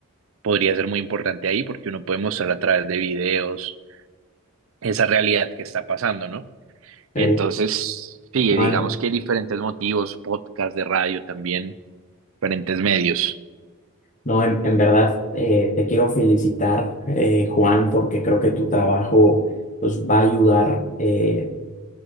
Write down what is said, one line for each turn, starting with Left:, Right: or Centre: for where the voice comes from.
Right: podría ser muy importante ahí, porque uno puede mostrar a través de videos esa realidad que está pasando, ¿no?
Left: sí.
Right: Entonces, sí,
Left: No,
Right: digamos
Left: en,
Right: que hay diferentes motivos, podcast de radio también, diferentes medios.
Left: no, en, en verdad eh, te quiero felicitar, eh, Juan, porque creo que tu trabajo pues, va a ayudar. eh,